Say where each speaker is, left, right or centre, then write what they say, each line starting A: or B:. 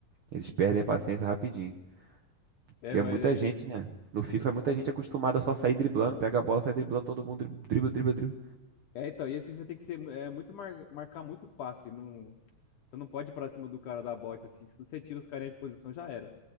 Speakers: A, on the right (about 80°); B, on the left (about 65°).
A: Eles perdem a paciência rapidinho. Porque
B: É, mas
A: é muita
B: é, assim-
A: gente, né? No FIFA
B: é,
A: é muita gente é acostumada a só sair driblando, pega a bola, sai driblando, todo mundo dri- dribla, dribla, dribla.
B: é, então, e esse FIFA tem que ser é, muito mar- marcar muito passe. Não, você não pode ir pra cima do cara da bote, assim, que se você tira os carinha de posição, já era.